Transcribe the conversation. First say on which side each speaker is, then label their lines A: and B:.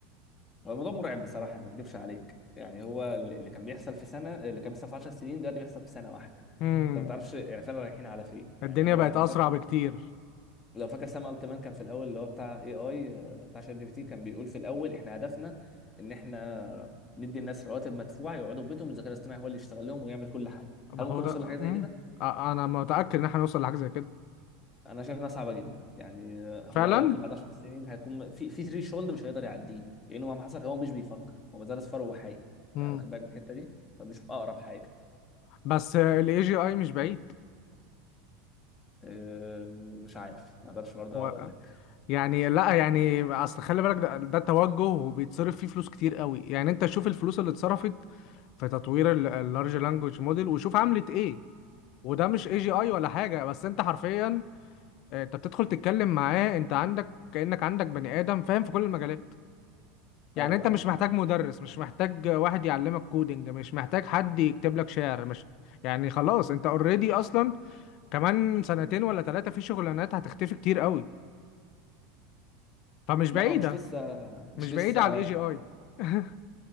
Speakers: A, on the left (about 20°); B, on the left (about 55°).
A: هو الموضوع مرعب بصراحة يعني ما اكدبش عليك يعني هو اللي كان بيحصل في سنة اللي كان بيحصل في 10 سنين دلوقتي بيحصل في سنة واحدة
B: <laughs> امم
A: انت ما تعرفش يعني فعلا رايحين على فين يعني
B: الدنيا
A: هو
B: بقت
A: لو
B: اسرع
A: فاكر
B: بكتير
A: لو فاكر سام التمان كان في الاول اللي هو بتاع اي اي بتاع شات جي بي تي كان بيقول في الاول احنا هدفنا ان احنا ندي الناس رواتب مدفوعة يقعدوا في بيتهم الذكاء الاصطناعي هو اللي يشتغل لهم ويعمل كل حاجة
B: ما
A: هل
B: هو
A: ممكن
B: ده
A: نوصل
B: امم
A: لحاجة زي كده؟
B: ا- انا متاكد ان احنا هنوصل لحاجه زي كده
A: انا شايف انها صعبه جدا يعني آه، هو
B: فعلا
A: ممكن بعد 10 سنين هيكون في في ثري شولد مش هيقدر يعديه لانه مهما حصل هو مش بيفكر هو ما زال اصفر وهو حي
B: امم
A: انت واخد بالك من الحته دي فبيشوف اقرب حاجه
B: بس الاي جي اي مش بعيد
A: آه، مش عارف ما اقدرش برضه
B: هو
A: اقول لك
B: يعني لا يعني اصل خلي بالك ده, ده توجه وبيتصرف فيه فلوس كتير قوي يعني انت شوف الفلوس اللي اتصرفت في تطوير اللارج لانجوج موديل وشوف عملت ايه وده مش اي جي اي ولا حاجه بس انت حرفيا آه، انت بتدخل تتكلم معاه انت عندك كانك عندك بني ادم فاهم في كل المجالات يعني
A: ايوه
B: انت مش
A: ايوه
B: محتاج مدرس مش محتاج واحد يعلمك كودينج مش محتاج حد يكتب لك شعر مش يعني خلاص انت اوريدي اصلا كمان سنتين ولا ثلاثه في شغلانات هتختفي كتير قوي فمش بعيده
A: لا هو مش لسه مش
B: مش بعيد
A: لسه
B: على الاي جي اي <laughs>